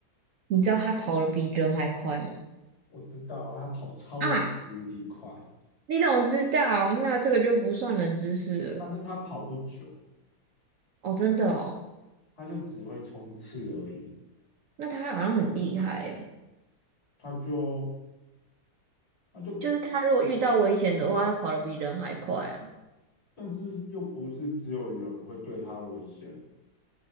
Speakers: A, on the right; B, on the left.
A: 你知道它跑得比人还快吗？
B: 我知道啊，他跑超级无敌快，
A: 啊，你怎么知道？那这个就不算冷知识了。
B: 但是他跑不久，
A: 哦，真的哦，
B: 他就只会冲刺而已。
A: 那它好像很厉害诶，
B: 他就他就，
A: 就是它如果遇到危险的话，它跑得比人还快啊。
B: 但是又不是只有人会对他危险。